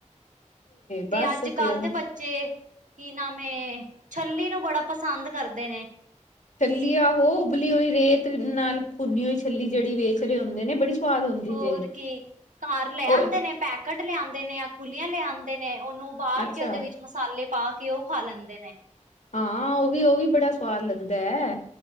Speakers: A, on the right (about 80°); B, on the left (about 70°).
A: ਤੇ
B: ਬਸ
A: ਅੱਜ
B: ਫੇਰ
A: ਕੱਲ ਤੇ ਬੱਚੇ ਕੀ ਨਾਮ ਏ ਛੱਲੀ ਨੂੰ ਬੜਾ ਪਸੰਦ ਕਰਦੇ ਨੇ।
B: ਛੱਲੀ ਆਹੋ ਉਬਲੀ ਹੋਈ ਰੇਤ ਨਾਲ ਭੁੰਨੀ ਹੋਈ ਛੱਲੀ ਜੇੜੀ ਵੇਚ ਰੇ ਹੁੰਦੇ ਨੇ ਬੜੀ ਸਵਾਦ ਹੁੰਦੀ
A: ਹੋਰ
B: ਜੇ
A: ਕੀ, ਘਰ ਲੈ ਆਂਦੇ
B: ਉਹ
A: ਨੇ ਪੈਕਟ ਲੈ ਆਂਦੇ ਨੇ ਯਾਂ ਖੁੱਲੀਆਂ ਲੈ ਆਂਦੇ ਨੇ ਓਨੂੰ ਉਬਾਲ
B: ਅੱਛਾ
A: ਕੇ ਓਦੇ ਵਿੱਚ ਮਸਾਲੇ ਪਾ ਕੇ ਓ ਖਾ ਲੈਂਦੇ ਨੇ।
B: ਹਾਂ ਓ ਵੀ ਓ ਵੀ ਬੜਾ ਸਵਾਦ ਲੱਗਦਾ ਏ